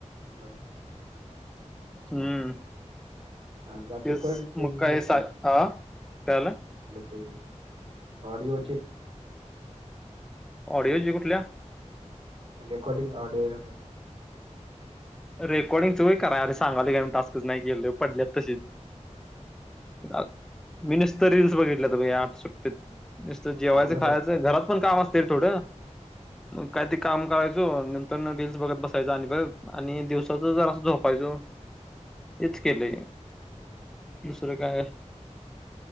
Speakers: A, on the right (about 45°); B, in the centre.
A: Hello.
B: हम्म,
A: हा, याचे
B: तेच
A: पडले
B: मग काय, सा ह काय झालं?
A: म ते, ऑडिओचे
B: ऑडिओच कुठल्या?
A: रेकॉडीिंग, ऑडीओ रेकॉडिंग.
B: रेकॉर्डिंग च व्हय करायरे, सांगल का मी टास्क नाही के. <unintelligible> मी नुसतं रीलल्स बघितलेत या आठ सुट्टीत, नुसत जेवायच
A: मला
B: खायच
A: फक्त
B: घरात पण काम असत. थोडं, मग कायतरी काम करायचो नंतर रीलल्स बघत बसायच आणि ब आणि दिवसाच जराअसं झोपायचं हेच केलंय. दुसरं काय